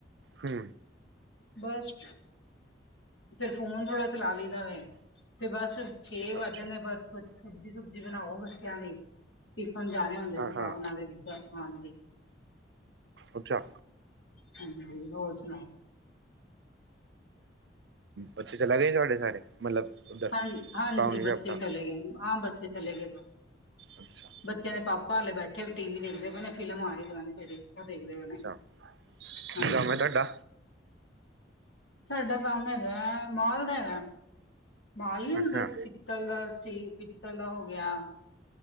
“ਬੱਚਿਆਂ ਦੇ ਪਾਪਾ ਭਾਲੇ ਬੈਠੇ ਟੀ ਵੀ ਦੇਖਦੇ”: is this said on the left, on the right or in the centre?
Left